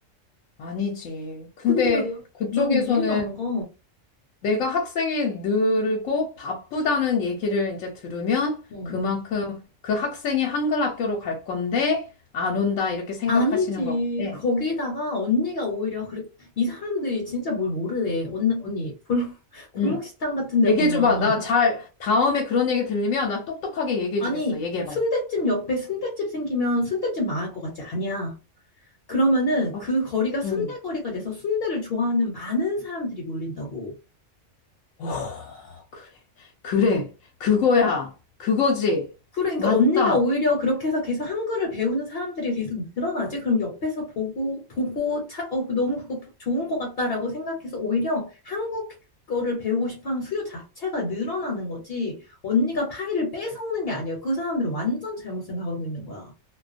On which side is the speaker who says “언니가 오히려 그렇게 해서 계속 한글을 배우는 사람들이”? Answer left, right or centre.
Left